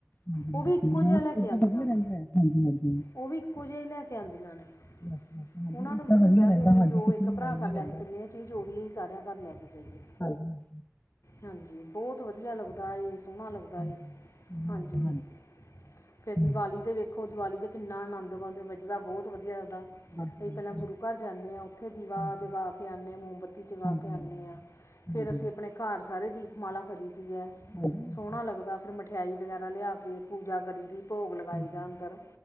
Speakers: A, on the left; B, on the left.
A: ਹਾਂਜੀ-ਹਾਂਜੀ,
B: ਉਹ ਵੀ ਇੱਕੋ
A: ਹਾਂ
B: ਜਿਹਾ ਲੈ ਕੇ
A: ਏਦਾਂ
B: ਆਉਂਦੀਆਂ
A: ਵਧੀਆ ਰਹਿੰਦਾ
B: ਨੇ,
A: ਐ, ਹਾਂਜੀ-ਹਾਂਜੀ,
B: ਉਹ ਵੀ ਇੱਕੋ ਜਿਹਾ ਲੈ ਕੇ ਆਉਂਦੀਆਂ ਨੇ।
A: ਬਸ-ਬਸ ਹਾਂਜੀ
B: ਉਹਨਾ ਨੂੰ
A: ਏਦਾਂ
B: ਵੀ ਹੁੰਦਾ
A: ਵਧੀਆ ਰਹਿੰਦਾ
B: ਵੀ ਅਸੀਂ
A: ਹਾਂਜੀ
B: ਜੋ
A: ਕਿਸੇ
B: ਇੱਕ
A: ਨੂੰ
B: ਭਰਾ
A: ਮਾਇੰਡ ਨੀ
B: ਘਰ ਲੈ
A: ਰਹਿੰਦਾ,
B: ਕੇ ਚੱਲਿਆ ਹੈ। ਚੀਜ਼ ਹੋ ਰਹੀ ਹੈ ਹੀ ਸਾਰਿਆਂ ਘਰ ਲੈ ਕੇ ਜਾਈਏ
A: ਹਾਂਜੀ-ਹਾਂਜੀ।
B: ਹਾਂਜੀ ਬਹੁਤ ਵਧੀਆ ਲੱਗਦਾ ਏ, ਸੋਹਣਾ ਲੱਗਦਾ
A: ਹਾਂਜੀ
B: ਏ।
A: ਸੋਹਣਾ
B: ਹਾਂਜੀ
A: ਲੱਗਦਾ
B: ਫੇਰ
A: ਹੂੰ,
B: ਦੀਵਾਲੀ ਤੇ ਵੇਖੋ ਦੀਵਾਲੀ ਤੇ ਕਿੰਨਾ ਆਨੰਦਵੰਦ। ਉਹਦਾ ਬਹੁਤ ਵਧੀਆ ਉਹਦਾ।
A: ਬਸ-ਬਸ
B: ਅਸੀ ਪਹਿਲਾਂ ਗੁਰੂ ਘਰ ਜਾਂਦੇ ਆ ਉੱਥੇ ਦੀਵਾ
A: ਹਾਂਜੀ-ਹਾਂਜੀ।
B: ਜਗਾ ਕੇ ਆਉਂਦੇ ਹਾਂ ਮੋਮਬੱਤੀ ਜਗਾ
A: ਹਾਂਜੀ
B: ਕੇ ਆਉਂਦੇ
A: ਹਾਂਜੀ
B: ਆ। ਫਿਰ
A: ਹਾਂਜੀ
B: ਅਸੀਂ ਆਪਣੇ ਘਰ ਸਾਰੇ ਦੀਪਮਾਲਾ ਕਰੀ ਦੀ ਐ,
A: ਹਾਂਜੀ
B: ਸੋਹਣਾ ਲੱਗਦਾ ਫਿਰ ਮ‌ ਮਠਿਆਈ ਵਗੈਰਾ ਲਿਆ ਕੇ ਪੂਜਾ ਕਰੀ ਦੀ ਭੋਗ ਲਗਾਈ
A: ਹਾਂਜੀ
B: ਦਾ ਅੰਦਰ।